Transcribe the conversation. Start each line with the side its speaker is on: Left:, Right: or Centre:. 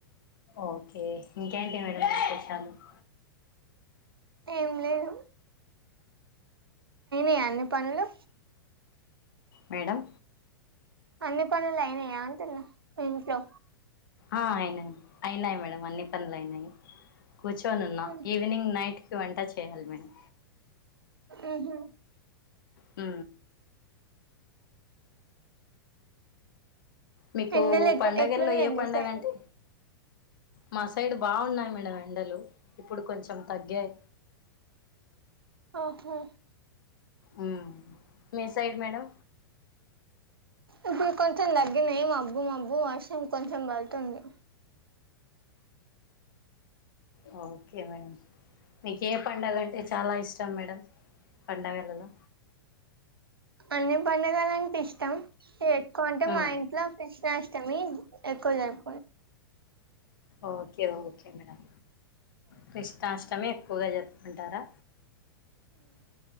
Left: ఓకే ఇంకేంటి మేడం విశేషాలు <inaudible>
Right: ఏం లేదు య అన్ని పనులు
Left: మేడం
Right: అన్ని పనులైనయా అంటున్నా ఇంట్లో
Left: ఆ అయినై అయినై మేడం అన్ని పనులైనై కూర్చొనున్నా
Right: ఉమ్.
Left: ఈవినింగ్ నైట్ కి వంట చేయాలి మేడం
Right: ఉహు
Left: ఉ మీకూ
Right: ఎండలు ఎట్
Left: పండగల్లో
Right: ఎట్లున్నాయి
Left: ఏ
Right: మీ
Left: పండగంటే
Right: సైడ్
Left: మా సైడ్ బాగున్నై మేడం ఎండలు ఇప్పుడు కొంచెం తగ్గాయి
Right: ఓహో
Left: ఉ మీ సైడ్ మేడం
Right: ఇప్పుడు కొంచెం తగ్గినయి మబ్బు మబ్బు వర్షం కొంచెం పడుతుంది
Left: ఉ ఓకే మేడం మీకు ఏ పండగంటె చాలా ఇష్టం మేడం పండగలలో
Right: అన్ని పండగలంటే ఇష్టాం ఎక్కువ అంటే
Left: ఉమ్
Right: మా ఇంట్లో కృష్ణాష్టమి ఎక్కువ జరు
Left: okay okay madam Krishnashtami ఎక్కువగా జరుపుకుంటారా